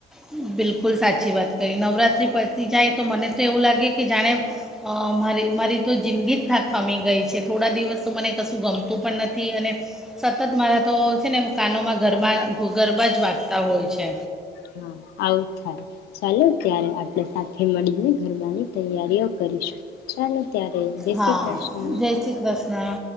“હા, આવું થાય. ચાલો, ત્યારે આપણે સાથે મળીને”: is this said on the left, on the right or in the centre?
Left